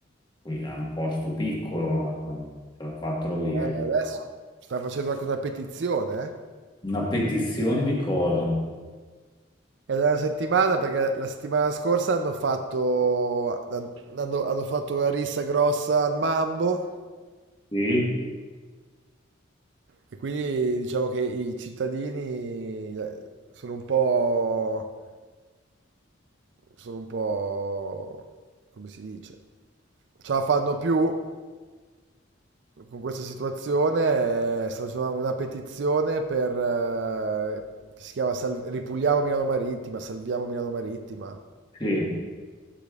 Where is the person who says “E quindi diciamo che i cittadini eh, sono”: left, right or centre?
Right